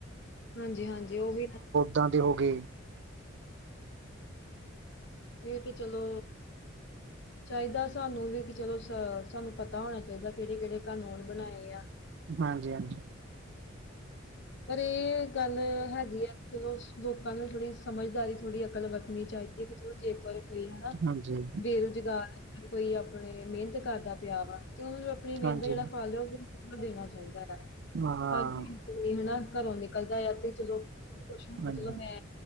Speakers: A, on the left (about 60°); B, on the right (about 60°).
A: ਹਾਂਜੀ ਹਾਂਜੀ ਓਹੀ ਨ।
B: ਦਾਂ ਦੇ ਹੋ ਗਏ।
A: ਏਹ ਤੇ ਚਲੋ ਚਾਹੀਦਾ ਸਾਨੂੰ ਵੀ ਕਿ ਚਲੋ ਸ ਸਾਨੂੰ ਪਤਾ ਹੋਣਾ ਚਾਹੀਦਾ ਕੇਹੜੇ ਕੇਹੜੇ ਕਾਨੂੰਨ ਬਣਾਏ ਆ।
B: ਹਾਂਜੀ ਹਾਂਜੀ।
A: ਪਰ ਏਹ ਗੱਲ ਹੈਗੀ ਆ। ਚਲੋ ਲੋਕਾਂ ਨੂੰ ਥੋੜੀ ਸਮਝਦਾਰੀ ਥੋੜ੍ਹੀ ਅਕਲ ਵਰਤਣੀ ਚਾਹੀਦੀ ਹੈ ਕਿ ਚਲੋ ਜੇਕਰ ਕੋਈ ਹਨ
B: ਹਾਂਜੀ
A: ਬੇਰੁਜ਼ਗਾਰ ਕੋਈ ਅਪਣੇ ਮਿਹਨਤ ਕਰਦਾ ਪਿਆ ਵਾ ਤੇ ਓਹਨੂੰ ਅਪਣੀ ਮੇਹਨਤ
B: ਹਾਂਜੀ
A: ਜੇਹੜਾ ਫਲ ਐ ਓਹਨੂੰ ਦੇਣਾ ਚਾਹੀਦਾ ਐ।
B: ਹਾਂ
A: ਹਰ ਮਹੀ ਹੈਨਾ ਘਰੋਂ ਨਿਕਲਦਾ ਆ ਤੇ ਚਲੋ ਕੁਛ ਹੁਣ ਤੇ
B: ਹਾਂਜੀ
A: ਚਲੋ ਮੈਂ